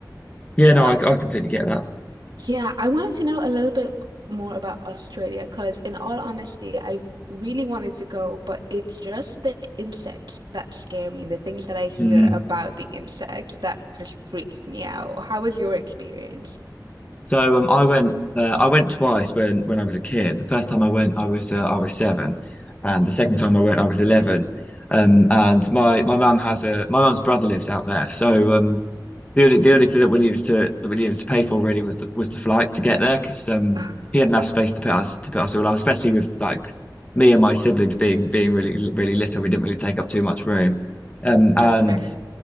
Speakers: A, on the left; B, on the right.
A: Yeah,
B: But
A: no, I, I completely get that.
B: yeah, I wanted to know a little bit more about Australia because, in all honesty, I really wanted to go, but it's just the insects that scare me, the things that I hear
A: Mm.
B: about the insects that just freak me out. How was your experience?
A: So um, I went uh, I went twice when when I was a kid. The first time I went, I was uh, I was seven, and the second time I went, I was eleven. Um, and my my mum has a my mum's brother lives out there, so um, the only the only thing that we needed to that we needed to pay for really was the was the flights to get there because um,
B: <laughs>
A: he had enough space to put us to put us all up, especially with like me and my siblings being being really really little, we didn't really take up too much room. Um, and
B: That's fair.